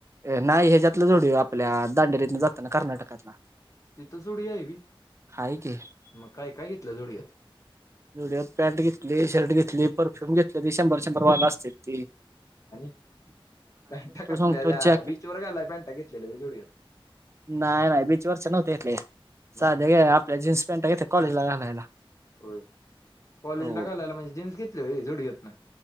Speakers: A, on the right; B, on the left.
A: नाही. ह्याच्यातलं जोडीओ आपल्या दांडेरीतन जातं ना कर्नाटकातला.
B: तिथं जोडया आहे बी
A: हाय की
B: मग काय काय घेतलं जोडयात?
A: जोडिओत पॅन्ट घेतली. शर्ट घेतली. परफ्यूम घेतले ती शंभर शंभर वाल असत्यात ते.
B: आणि पॅटा कसल्या
A: सांगतो
B: त्या
A: जॅकेट
B: बीचवर घालायला पॅन्टा घेतलेल्या जोडूव्यात.
A: नाही. नाही. बीच वरच नव्हते घेतल्या ह्या.
B: मग
A: साध्या हे अ आपल्या जीन्स पॅंन्टा घेतल्या कॉलेजला घालायला.
B: होय. कॉलेजला
A: हो
B: घालायला म्हणजे जीन्स घेतली जोडी घेत नाही.